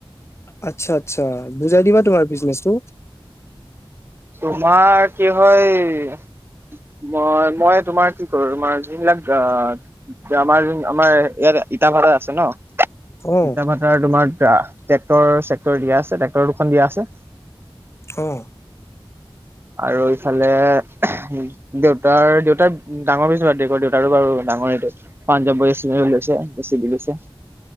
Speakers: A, on the left; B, on the right.
A: আচ্ছা আচ্ছা বুজাই দিবা তোমাৰ বিজনেচটো।
B: তোমাৰ কি হয়। মই মই তোমাৰ কি কৰো তোমাৰ যোনবিলাক গা- এতিয়া আমাৰ আমাৰ ইয়াত ইটা ভাটা আছে ন।
A: অ
B: ইটা ভাতাৰ তোমাৰ ট্ৰেক্ৰট চেক্টৰ দিয়া আছে ট্ৰেক্টৰ দুখন দিয়া আছে।
A: অঁ!
B: আৰু ইফালে- দেউতাৰ দেউতাৰ ডাঙৰ হৈছ বাদদে কয় দেউতাৰো বাৰু ডাঙৰেই দে। পাঞ্জাব বোয়েজ নেহে লৈছা বেচি দি লৈছে।